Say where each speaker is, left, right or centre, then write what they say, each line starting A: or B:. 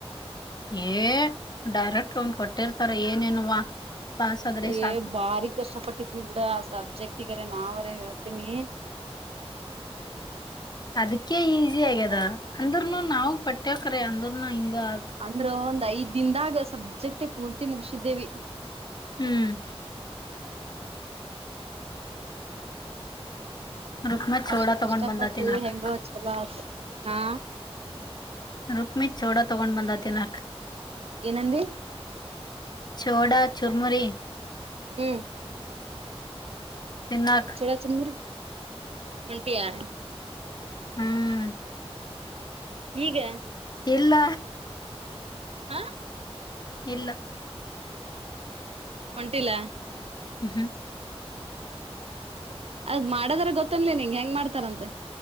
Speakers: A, on the left; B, on the right.
A: ಏ ಡೈರೆಕ್ಟ್ ಒನ್ ಕೊಟ್ಟಿರ್ತಾರ ಏನೇನುವಾ ಪಾಸ್ ಆದ್ರೆ
B: ಏ
A: ಸಾಕು
B: ಬಾರಿ ಕಷ್ಟ ಪಟ್ಟಿದ್ವಿ ಬಿಡ ಆ ಸಬ್ಜೆಕ್ಟ್ ಗೆ ನಾವ್ ಅರೇ ಹೇಳ್ತೀನಿ
A: ಅದಕ್ಕೆ ಈಜಿ ಆಗ್ಯದ ಅಂದ್ರನು ನಾವು ಪಟ್ಟೆವು ಖರೆ ಅಂದ್ರನು ಆತು
B: ಅಂದ್ರ ಒಂದು ಐದ ದಿನದಾಗ ಸಬ್ಜೆಕ್ಟ್ ಪೂರ್ತಿ ಮುಗಸಿದ್ದೇವಿ
A: ಹ್ಮ್ ರುಕ್ಮ ಚೋಡ
B: ಅಷ್ಟ
A: ತಗೊಂಡ್
B: ಕಷ್ಟಪಟ್ಟು
A: ಬಂದ ತಿನ್ನಾಕ್
B: ಹೆಂಗೋ ಒಂದ್ ಚೊಲೋ ಆತ್ ಹಾ?
A: ರುಕ್ಮಿ ಚೋಡ ತಗೊಂಡ್ ಬಂದ ತಿನಕ್
B: ಏನಂದಿ
A: ಚೋಡಾ ಚುರ್ಮುರಿ
B: ಹ್ಮ್
A: ತಿನ್ನಾಕ್
B: ಚೋಡ ಚುರುಮುರಿ ಹೊಂಟಿಯಾ
A: ಹ್ಮ್
B: ಈಗ
A: ಇಲ್ಲ
B: ಹಾ
A: ಇಲ್ಲ
B: ಒಂಟಿಲ್ಲ
A: ಹ್ಮ ಹ್ಮ್
B: ಅದ್ ಮಾಡದಾರ ಗೊತ್ತನ್ಲಿ ನಿಂಗ ಹೆಂಗ್ ಮಾಡ್ತಾರಂತ